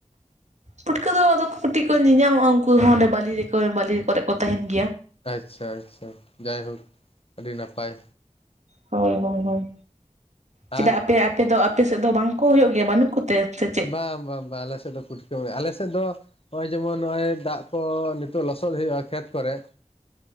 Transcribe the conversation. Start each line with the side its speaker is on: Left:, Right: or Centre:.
Right: ᱯᱩᱴᱠᱟᱹ ᱫᱚ ᱟᱫᱚ ᱠᱟᱹᱴᱤᱡ ᱠᱚ ᱧᱮᱧ ᱧᱟᱢᱚᱜ-ᱟ ᱩᱱᱠᱩ ᱦᱚᱸ ᱚᱸᱰᱮ ᱵᱟᱞᱤ ᱨᱮᱠᱚ ᱵᱟᱹᱞᱤ ᱨᱮ ᱠᱚᱨᱮ ᱠᱚ ᱛᱟᱦᱮᱱ ᱜᱮᱭᱟ
Left: ᱟᱪᱪᱷᱟ ᱟᱪᱪᱷᱟ ᱡᱟᱭᱦᱳᱠ ᱟᱹᱰᱤ ᱱᱟᱯᱟᱭ
Right: ᱦᱚᱭ ᱦᱚᱭ ᱦᱚᱭ
Left: ᱟᱨ
Right: ᱪᱮᱫᱟᱜ ᱟᱯᱮ ᱟᱯᱮ ᱫᱚ ᱟᱯᱮ ᱥᱮᱫ ᱫᱚ ᱵᱟᱝ ᱠᱚ ᱦᱳᱭᱳᱜ ᱜᱮᱭᱟ ᱵᱟᱱᱩᱜ ᱠᱚᱛᱮ ‌ᱥᱮ
Left: ᱵᱟ ᱵᱟᱝ ᱵᱟᱝ ᱟᱞᱮ ᱥᱮᱫ ᱫᱚ ᱯᱩᱴᱠᱟᱹᱢ ᱟᱞᱮ ᱥᱮᱫ ᱫᱚ ᱱᱚᱜ-ᱚᱭ ᱡᱮᱢᱚᱱ ᱱᱚᱜ-ᱚᱚᱭ ᱫᱟᱜ ᱠᱚ ᱱᱤᱛ ᱞᱚᱥᱚᱫ ᱦᱩᱭᱩᱜ-ᱟ ᱠᱷᱮᱛ ᱠᱚᱨᱮ